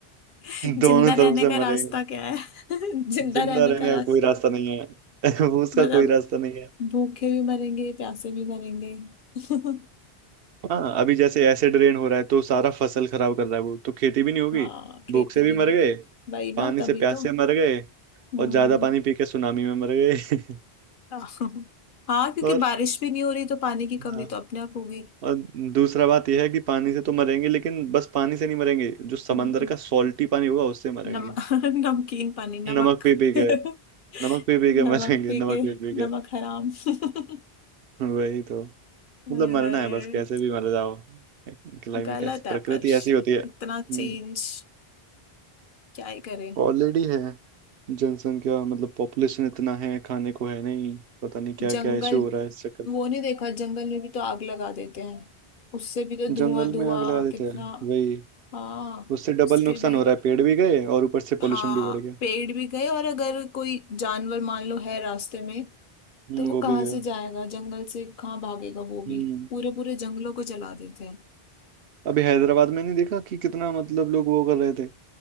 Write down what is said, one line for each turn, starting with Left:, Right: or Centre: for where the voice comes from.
Left: <laughs>
Right: दोनों
Left: जिंदा रहने
Right: तरफ से
Left: का रास्ता
Right: मरेंगे
Left: क्या है <laughs> जिंदा
Right: जिंदा
Left: रहने
Right: रहने
Left: का रास्ता
Right: का कोई रास्ता नहीं है <laughs> उसका
Left: मतलब
Right: कोई रास्ता नहीं
Left: भूखे भी मरेंगे प्यासे भी मरेंगे <laughs>
Right: हाँ अभी जैसे एसिड रेन हो रहा है तो सारा फसल खराब कर रहा है वो तो खेती भी नहीं होगी
Left: हाँ खेती
Right: भूख से
Left: भी
Right: भी
Left: नहीं
Right: मर
Left: होगी
Right: गए
Left: वही ना
Right: पानी
Left: तभी
Right: से प्यास
Left: तो
Right: से मर गए
Left: हम्म
Right: और ज्यादा पानी पी के सुनामी में मर गए <laughs>
Left: <laughs> हाँ क्योंकि
Right: और
Left: बारिश भी नहीं हो रही तो पानी की कमी
Right: हाँ
Left: तो अपने आप होगी
Right: और दूसरा बात यह है कि पानी से तो मरेंगे लेकिन बस पानी से नहीं मरेंगे जो समंदर
Left: हम्म
Right: का सॉल्टी पानी होगा उससे मरेंगे
Left: नम <laughs> नमकीन पानी नमक
Right: नमक पी पी
Left: <laughs>
Right: के
Left: नमक
Right: नमक पी पी के मरेंगे
Left: पी
Right: नमक
Left: के
Right: पी पी के
Left: नमक हराम <laughs>
Right: वही तो मतलब
Left: अरे,
Right: मरना है बस कैसे भी मर जाओ क्लाइमेट
Left: गलत
Right: ऐसा
Left: है
Right: प्रकृति
Left: पर
Right: ऐसी होती है हम्म
Left: इतना चेंज क्या ही करें
Right: ऑलरेडी है जनसंख्या मतलब पॉपुलेशन इतना है खाने को है नहीं पता नहीं क्या
Left: जंगल
Right: क्या इशू हो रहा है इस चक्कर में।
Left: वो नहीं देखा जंगल में भी तो आग लगा देते हैं उससे भी तो धुआं
Right: जंगल
Left: धुआं
Right: में आग लगा देते
Left: कितना
Right: हैं वही
Left: हाँ
Right: उससे डबल
Left: उसके
Right: नुकसान
Left: भी
Right: हो रहा है पेड़ भी गए और ऊपर से
Left: हाँ
Right: पोल्यूशन भी बढ़ गया
Left: पेड़ भी गए और अगर कोई जानवर मान लो है रास्ते में
Right: हम्म
Left: तो वो
Right: वो
Left: कहाँ
Right: भी गया
Left: से जाएगा जंगल से कहाँ भागेगा वो भी
Right: हम्म
Left: पूरे पूरे जंगलों को जला देते हैं
Right: अभी हैदराबाद में नहीं देखा कि कितना मतलब लोग वो कर रहे थे